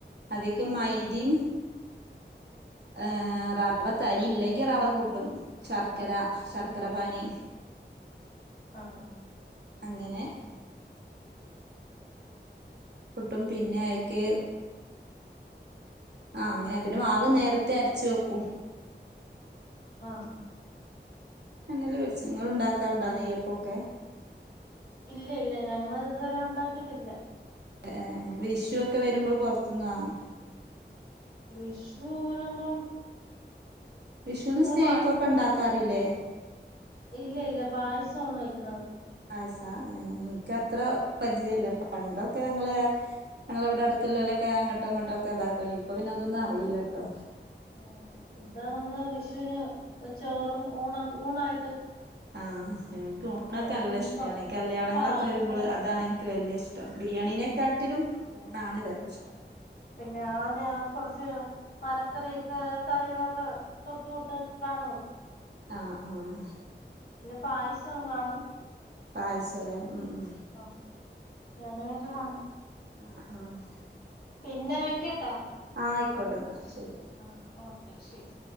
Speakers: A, on the right; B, on the left.
A: അതിക്ക് മൈദീം ഏഹ് റവ തരിയില്ലെങ്കി റവ കൂട്ടും ശർക്കര ശർക്കര പാനി
B: ആഹ്
A: അങ്ങനെ പുട്ടും പിന്നെ അയിക്ക് ആഹ് അങ്ങനെ പിന്നെ മാവ് നേരത്തെ അരച്ചു വെക്കും.
B: ആഹ്
A: എണ്ണയില് പൊരിച്ച് ഇങ്ങള് ഉണ്ടാക്കാറുണ്ടാ നെയ്യപ്പൊക്കെ
B: ഇല്ല ഇല്ല ഞങ്ങള് ഇതുവരെ ഒണ്ടാക്കിയിട്ടില്ല.
A: ഏഹ് വിഷു ഒക്കെ വരുമ്പോൾ പൊറത്തുന്ന് വാങ്ങാ
B: വിഷു വരുമ്പം
A: വിഷുന്ന് സ്നാക്കൊക്കെ
B: പായസമാണ്
A: ഒണ്ടാക്കാറില്ലേ
B: ഇല്ല ഇല്ല പായസവാണ് വെക്കണത്
A: പായസാ ഏഹ് എനിക്കത്ര പരിചയില്ല പണ്ടൊക്കെ ഞങ്ങള് ഞങ്ങളവിടെ അടുത്തുള്ളോലൊക്കെ അങ്ങട്ടോ ഇങ്ങോട്ടൊക്കെ ഇതാക്ക <unintelligible> ഇപ്പോ പിന്നെ അതൊന്നും അറിയില്ലട്ടോ
B: ആഹ് ഇവിടെ നമ്മള് വിഷൂന് ചോറും ഊണ ഊണായിട്ട്
A: ആഹ് എനിക്ക് ഊണൊക്കെ
B: ഊണും
A: നല്ല ഇഷ്ടാണ്
B: പ
A: കല്യാണങ്ങളൊക്കെ
B: പായസവും
A: വരുമ്പോള് അതാണ് എനിക്ക് വല്ല്യ ഇഷ് ടം ബിരിയാണിനെക്കാട്ടിലും ഊണാണ് ര ഇഷ്ടം.
B: പിന്നെ <unintelligible> കൊറച്ച് തലകറിയൊക്കെ കറികളൊക്കെ തൊട്ടുകൂട്ടി കാണുള്ളൂ
A: ആഹ് ആഹ്
B: പിന്നെ പായസം കാണും
A: പായസലെ ഉം ഉം
B: ആഹ് അങ്ങനെയട്ട് കാണും
A: ആഹ് ആഹ്
B: പിന്നെ വെക്ക്‌ട്ടാ
A: ആഹ് ആയിക്കോട്ടെന്നാ ശരി
B: ആഹ് ഓക്കെ ശരി